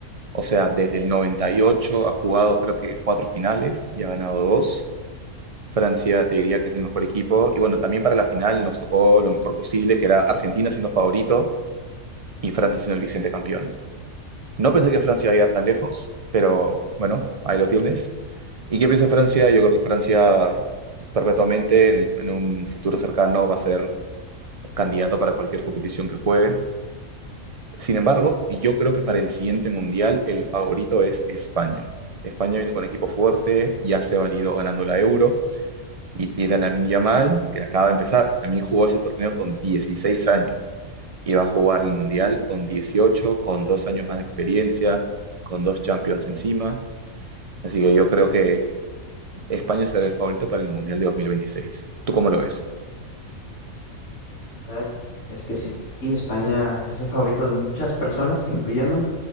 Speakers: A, on the right; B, on the left.
A: O sea, desde el 98 ha jugado creo que cuatro finales y ha ganado dos. Francia te diría que es el mejor equipo. Y bueno, también para la final nos tocó lo mejor posible, que era Argentina siendo favorito y Francia siendo el vigente campeón. No pensé que Francia iba a llegar tan lejos, pero bueno, ahí lo tienes. ¿Y qué pienso de Francia? Yo creo que Francia perpetuamente en, el- en un futuro cercano va a ser candidato para cualquier competición que juegue. Sin embargo, yo creo que para el siguiente mundial el favorito es España. España viene con equipo fuerte, ya se validó ganando la Euro y tiene a Lamine Yamal, que acaba de empezar. Lamine jugó ese torneo con 16 años. Iba a jugar el Mundial con 18, con dos años más de experiencia, con dos Champions encima. Así que yo creo que España será el favorito para el Mundial de 2026. ¿Tú cómo lo ves?
B: Ah, Es que sí, España es el favorito de muchas personas, incluyéndome.